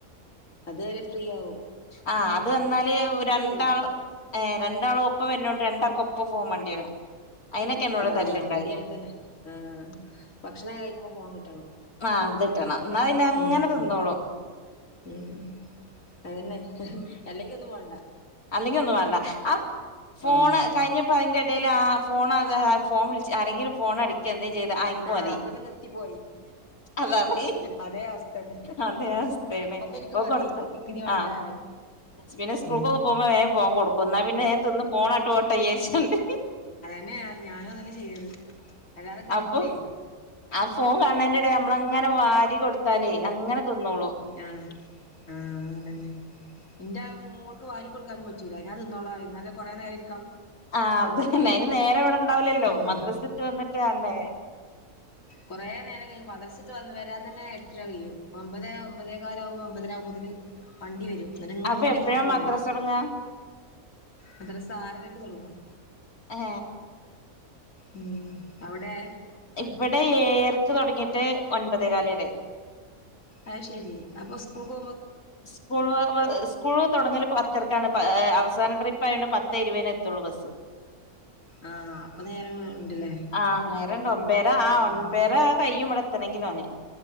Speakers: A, on the left; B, on the left.
A: അതുവരെ ഫ്രീയാവും
B: ആ അത് വന്നാല് രണ്ടാള്
A: ഇല്ല
B: ഏ രണ്ടാളും ഒപ്പം വരണോണ്ട് രണ്ടാക്കെ ഒപ്പ ഫോൺ മാണ്ടി വരും അതിനൊക്കെ എന്നോട്
A: ആ
B: തല്ലുണ്ടാവുക
A: അവിടെയാണ് തന്നെ ആ ഭക്ഷണം കഴിക്കുമ്പോ ഫോൺ കിട്ടണം
B: ആ കിട്ടണം എന്നാ പിന്നെ അങ്ങനെ
A: ഉം
B: തിന്നോളു
A: ഉം അതന്നെ അല്ലെങ്കി ഒന്നും വാണ്ട
B: അല്ലെങ്കിൽ ഒന്നും വാണ്ട ആ ഫോണ്
A: ആഹ്
B: കഴിഞ്ഞപ്പോ അതിന്റെ ഇടൽ ആ ഫോൺ ഫോൺ വിളിച്ച് ആരെങ്കിലും ഫോൺ അടിക്കെ എന്തേ ചെയ്ത അത്ക്ക
A: ആഹ്
B: മതി
A: പിന്നെ നിർത്തിപ്പോയി
B: അതാ മെയിൻ
A: അതേ അവസ്ഥന്നെ
B: അതെ <unintelligible>
A: അപ്പൊ എനിക്ക്
B: ഇപ്പം
A: മതി
B: കൊടുത്തു
A: ഇക്കിനി വേണ്ടാറിയും
B: ആ പിന്നെ സ്കൂൾ
A: ഉം
B: ഒക്കെ പോകു പോകുമ്പോൾ വേഗം ഫോൺ കൊടുക്കും എന്ന പിന്നെ ഞാൻ പിന്നെ പോണപാട്ട് പോകട്ടെ വിചാരിച്ചണ്ട്
A: അനെയ ഞാനും അങ്ങനെ ചെയ്ത് അല്ലാതെ കഴിയൂലേ
B: അപ്പൊ ആ ഫോൺ കാണേന്റെടല് നമ്മള അങ്ങനെ വാരി കൊടുത്താലേ അങ്ങനെ തിന്നോളും
A: ആ ആ അതന്നെ എന്റെ മോൾ ക്ക് വാരി കൊടുക്കാനും പറ്റൂല ഞൻ തിന്നോള ഇന്നലെ കുറ നേരം ഇരി
B: ആ അത്ന്നെ അയിന് നേരെ ഇവിടെ ഇണ്ടാവില്ലല്ലോ
A: ഉം
B: മദ്രസ ഇട്ട വന്നിട്ട് വണ്ടേ
A: കുറേ നേരം കഴിയും മദ്രസ വിട്ട് വരാൻ തന്നെ എട്ടര കയ്യും ഒമ്പത് ഒമ്പതേ കാലാവകുമ്പോൾ ഒമ്പതര ആകുമ്പോതിന് വണ്ടി വരും എന്നട്ട് ഇങ്ങനെ
B: അപ്പൊ എപ്പഴാ
A: ഇരിക്കുവള്
B: മദ്രസ തൊടങ്ങാ
A: മദസ ആറരക്ക്തുടങ്ങും
B: ഹേ
A: ഉം അവിടെ
B: ഇവിടെ ഏഴർക്ക് തുടങ്ങിട്ട് ഒൻപതേ കാല് വരെ
A: ആയ് ശരി അപ്പസ്കൂൾ
B: സ്കൂൾ സ്കൂൾ തുടങ്ങൽ പത്ത് ർക്കാണ് അവസാന ട്രിപ്പ് ആയൊണ്ട് പത്തേ ഇരുപതിനെ എത്തുള്ളൂ ബസ്
A: ആഹ് അപ്പൊ നേരം ഉണ്ടല്ലേ
B: ആ നേരണ്ട് ഒൻപേരാ ആ
A: ആഹ് ഉം
B: ഒൻപേരാ കയ്യും ഇവടെത്തണെ ങ്കിൽ ഓന്